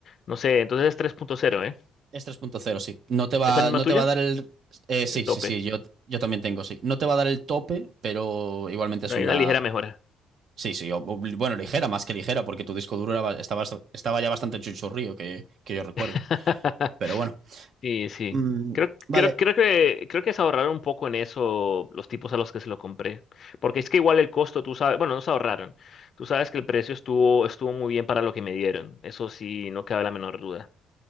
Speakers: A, on the left (about 55°); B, on the right (about 60°).
A: no sé, entonces es 3.0, ¿eh?
B: Es tres punto cero, sí. No te va,
A: ¿Es la misma
B: no
A: tuya?
B: te va a dar el. eh, sí,
A: El
B: sí,
A: tope,
B: sí, yo, yo también tengo, sí. No te va a dar el tope, pero igualmente
A: pero
B: es
A: hay
B: una.
A: una ligera mejora.
B: Sí, sí, o- o- bueno, ligera, más que ligera, porque tu disco duro era ba- estaba, estaba ya bastante chuchurrío, que, que yo recuerde.
A: <laughs>
B: Pero bueno.
A: Sí, sí.
B: Mm,
A: Creo,
B: vale.
A: creo, creo que, creo que se ahorraron un poco en eso los tipos a los que se lo compré. Porque es que igual el costo, tú sabes, bueno, no se ahorraron. Tú sabes que el precio estuvo, estuvo muy bien para lo que me dieron. Eso sí, no cabe la menor duda.